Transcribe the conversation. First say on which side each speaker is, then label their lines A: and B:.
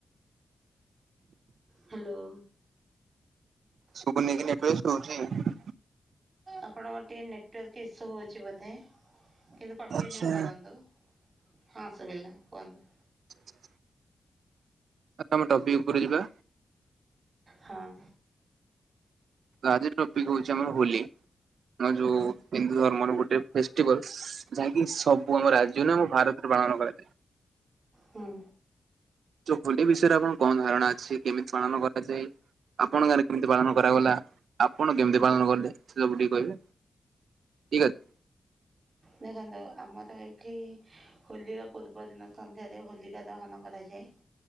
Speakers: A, on the right (about 50°); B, on the right (about 80°).
A: ହ୍ୟାଲୋ।
B: ଶୁଭୁନିକି, ନେଟ୍ ୱର୍କ ଶୁଅଛି?
A: ଆପଣଙ୍କ ଟିକେ ନେଟୱାର୍କ ଇସୁ ହଉଛି ବୋଧେ! କିନ୍ତୁ କଣ୍ଟିନ୍ୟୁ
B: ଆଚ୍ଛା
A: କରନ୍ତୁ। ହଁ, ଶୁଭିଲା କୁହନ୍ତୁ।
B: <inaudible> ଆ ତମ ଟପି ଉପରୁ ଯିବା।
A: ହଁ।
B: ଆଜିର ଟପିକ୍ ହଉଛି ଆମର ହୋଲି। ଆ ଯୋଉ
A: ହୁଁ
B: ହିନ୍ଦୁ ଧର୍ମର ଗୋଟେ ଫେଷ୍ଟିଭାଲସ୍, ଯାହାକି ସବୁ ଆମ ରାଜ୍ୟ ନ ଆମ ଭାରତରେ ପାଳନ କରାଯାଏ।
A: ହୁଁ
B: ହୋଲି ବିଷୟରେ ଆପଣ କଣ ଧାରଣା ଅଛି, କେମିତି ପାଳନ କରାଯାଏ? ଆପଣ ଗାଁରେ କେମିତି ପାଳନ କରାଗଲା? ଆପଣ କେମିତି ପାଳନ କଲେ? ସେ ସବୁ ଟିକେ କହିବେ? ଠିକ୍ ଅ
A: ଦେଖନ୍ତୁ, ଆମର ଏଇଠି ହୋଲିର ପୂର୍ବଦିନ ସନ୍ଧ୍ୟାରେ ହୋଲିକା ଦହନ କରାଯାଏ।